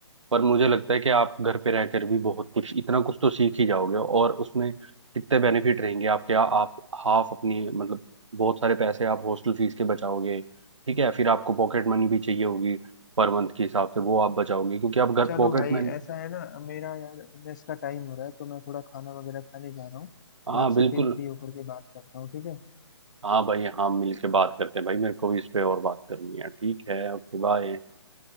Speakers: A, on the right; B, on the left.
A: पर मुझे लगता है कि आप घर पे रहकर भी बहुत कुछ इतना कुछ तो सीख ही जाओगे और उसमें कितने बेनिफिट रहेंगे आपके आ, आप हाफ अपनी मतलब बहुत सारे पैसे आप हॉस्टल फीस के बचाओगे ठीक है फिर आपको पॉकेट मनी भी चाहिए होगी पर मंथ के हिसाब से वो आप बचाओगे क्योंकि आप घर
B: चलो
A: पॉकेट
B: भाई
A: मनी
B: ऐसा है ना मेरा यार मेस का टाइम हो रहा है तो मैं थोड़ा खाना वगैरह खाने जा रहा हूँ
A: हाँ
B: मैं आपसे
A: बिल्कुल
B: फिर फ्री होकर के बात करता हूँ ठीक है
A: हाँ भाई हाँ मिल के बात करते हैं भाई मेरे को भी इस पे और बात करनी है ठीक है ओके बाय